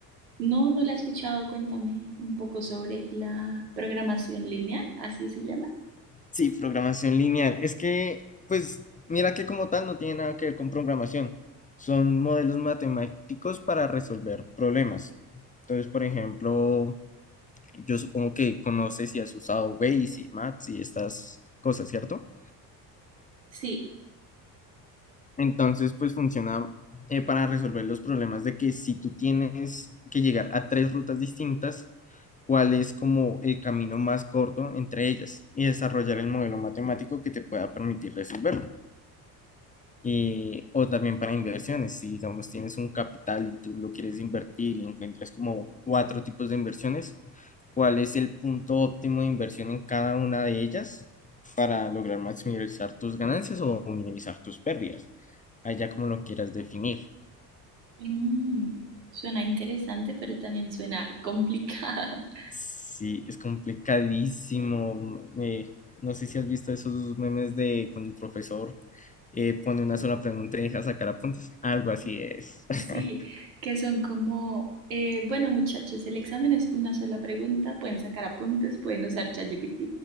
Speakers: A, on the right; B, on the left.
A: No, no la he escuchado, cuéntame un poco sobre la programación lineal, así se llama.
B: Sí, programación lineal. Es que, pues, mira que como tal no tiene nada que ver con programación. Son modelos matemáticos para resolver problemas. Entonces, por ejemplo, yo supongo que conoces y has usado Waze y Maps y estas cosas, ¿cierto?
A: Sí,
B: Entonces, pues funciona eh, para resolver los problemas de que si tú tienes que llegar a tres rutas distintas, cuál es como el camino más corto entre ellas y desarrollar el modelo matemático que te pueda permitir resolverlo. Y, o también para inversiones, si digamos tienes un capital y tú lo quieres invertir y encuentras como cuatro tipos de inversiones, ¿cuál es el punto óptimo de inversión en cada una de ellas para lograr maximizar tus ganancias o minimizar tus pérdidas? Allá como lo quieras definir.
A: Mm, suena interesante, pero también suena complicado. <laughs>
B: Sí, es complicadísimo. eh, no sé si has visto esos memes de cuando el profesor eh, pone una sola pregunta y deja sacar apuntes. Algo así es. <laughs>
A: Sí, que son como, eh, bueno muchachos, el examen es una sola pregunta, pueden sacar apuntes, pueden usar ChatGPT,